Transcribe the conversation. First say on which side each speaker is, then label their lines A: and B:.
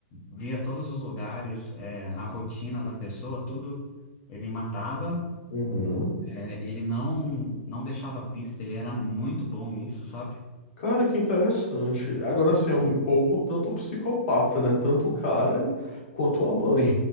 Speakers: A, on the left (about 35°); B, on the left (about 60°).
A: via todos os lugares, é, a rotina da pessoa, tudo. Ele matava.
B: Uhum.
A: É, ele não não deixava pista, ele era muito bom nisso, sabe?
B: Cara, que interessante. Agora, assim, é um
A: Sim.
B: pouco tanto psicopata, né? Tanto o cara quanto a mãe.